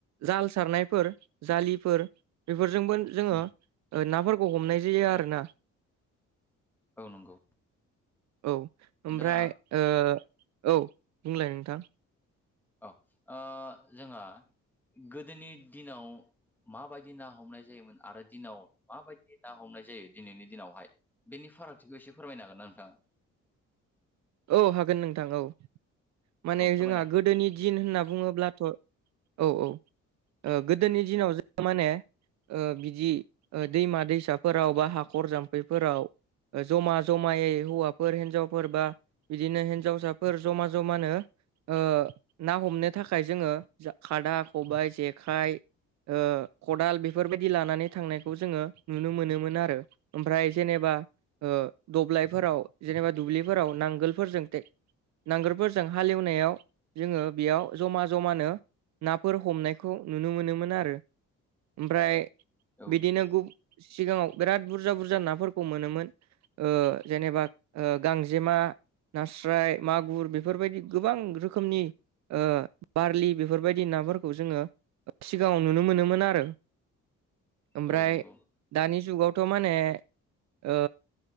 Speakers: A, on the right (about 65°); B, in the centre.
A: जाल सारनायफोर जालिफोर बेफोरजोंबो जोङो
B: उम
A: ओ नाफोरखौ हमनाय जायो आरो ना।
B: औ नंगौ
A: औ ओमफ्राय
B: दा
A: ओ औ बुंलाय नोंथां।
B: औ ओ जोंहा गोदोनि दिनाव माबायदि ना हमनाय जायोमोन आरो दिनाव माबायदि ना हमनाय जायो दिनैनि दिनावहाय बेनि फारागथिखौ एसे फोरमायनो हागोन ना नोंथाङा
A: औ हागोन नोंथां औ माने
B: औ फोरमायना
A: जोंहा गोदोनि दिन होनना बुङोब्लाथ' औ औ ओ गोदोनि दिनाव जों माने बिदि दैमा दैसाफोराव बा हाखर जाम्फैफोराव ओ जमा जमायै हौवाफोर हिन्जावफोर बा बिदिनो हिनजावसाफोर ज'मा ज'मानो ओ ना हमनो थाखाय जोङो खादा खबायाइ जेखाइ ओ खदाल बेफोरबायदि लानानै थांनायखौ जोङो नुनो मोनोमोन आरो ओमफ्राय जेनेब ओ दब्लायफोराव जेनेबा दुब्लिफोराव नां नांगोलफोरजों टेक नांगोलफोरजों हालेवनायाव जोङो बेयाव ज'मा-ज'मानो नाफोर हमनायखौ नुनो मोनोमोन आरो ओमफ्राय
B: होदो होमबा उम औ
A: बिदिनो
B: नंगौ
A: गुब सिगाङाव बिराद बुरजा-बुरजा नाफोरखौ मोनोमोन। ओ जेनेबा ओ गांजेमा नास्राय मागुर बेफोरबायदि गोबां रोखोमनि ओ बारलि बेफोरबायदि नाफोरखौ जोङो सिगाङाव नुनो मोनोमोन आरो
B: <inaudible>
A: ओमफ्राय
B: नंगौ
A: दानि जुगावथ' माने ओ‌